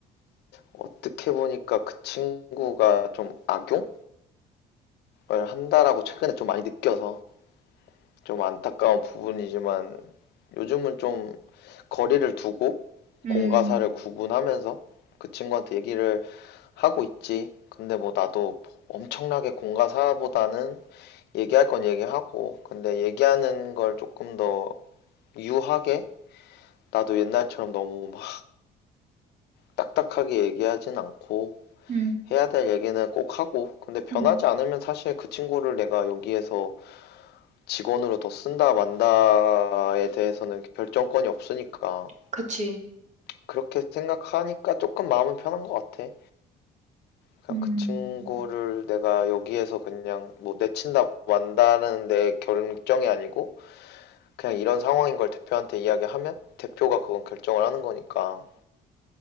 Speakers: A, on the left; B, on the right.
A: 어떻게 보니까 그 친구가 좀 악용? 한다라고 최근에 좀 많이 느껴서 좀 안타까운 부분이지만 요즘은 좀 거리를 두고
B: 음,
A: 공과사를 구분하면서 그 친구한테 얘기를 하고 있지. 근데 뭐 나도 엄청나게 공과사보다는 얘기할 건 얘기하고 근데 얘기하는 걸 조금 더 유하게 나도 옛날처럼 너무 막 딱딱하게 얘기하진 않고
B: 음,
A: 해야 될 얘기는 꼭 하고 근데 변하지
B: 음,
A: 않으면 사실 그 친구를 내가 여기에서 직원으로 더 쓴다 만다에 대해서는 결정권이 없으니까
B: 그치.
A: 그렇게 생각하니까 조금 마음은 편한 것 같아. 그냥
B: 음.
A: 그 친구를 내가 여기에서 그냥 뭐 내친다 만다는 내 결정이 아니고 그냥 이런 상황인 걸 대표한테 이야기하면 대표가 그건 결정을 하는 거니까.